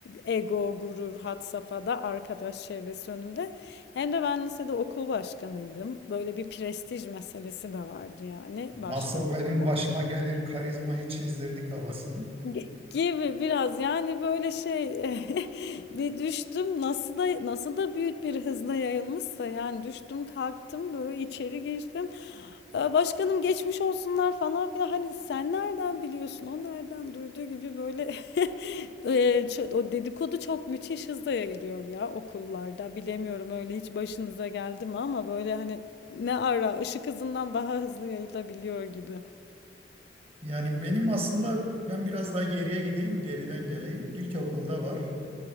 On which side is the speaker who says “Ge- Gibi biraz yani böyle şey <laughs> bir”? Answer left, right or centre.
Left